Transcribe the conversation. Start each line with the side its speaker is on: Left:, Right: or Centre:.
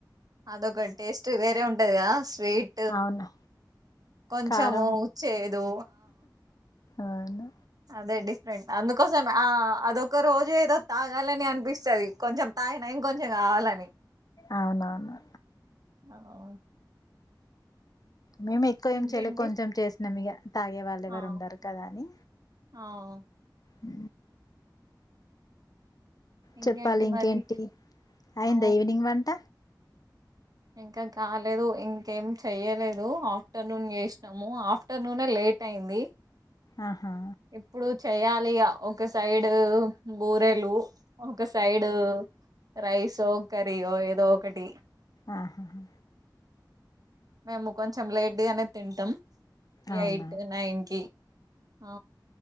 Right: అదొ ఒక టేస్ట్ వేరే ఉంట ంటది కదా అస్సల్ స్వీట్
Left: అవునా
Right: కొంచం
Left: కారం
Right: చేదు
Left: అవును
Right: అదే అండి రెం అందుకోసం ఆ అదొ ఒక రోజు ఏదో తాగాలని అనిపిస్తుంది కొంచెం తాగిన ఇంకొంచెం కావాలని
Left: అవునవును
Right: అవును
Left: మేము ఎక్కువ ఏం
Right: ఇంకేంటి
Left: చెయ్యలే కొంచెం చేసినాం ఇగ తాగే వాళ్ళు
Right: ఆ
Left: ఎవరు ఉండరు కదా అని
Right: ఆ
Left: హ
Right: ఇంకేంటి
Left: చెప్పాలి ఇంకేంటి
Right: మరి
Left: అయిందా
Right: ఆ
Left: ఈవినింగ్ వంట
Right: ఇంకా కాలేదు ఇంకేం చెయ్యలేదు ఆఫ్టర్నూన్ చేసినాము ఆఫ్టర్నూనే లేట్ అయింది
Left: ఆహా
Right: ఇప్పుడు చెయ్యాలిగా ఒక సైడు బూరెలు ఒక సైడు రైస్ ఓ కర్రీయో ఏదో ఒకటి
Left: ఆహాహా
Right: మేము కొంచెం లేట్ గానే తింటాం
Left: అవునా
Right: ఎయిట్ నైన్ కి అ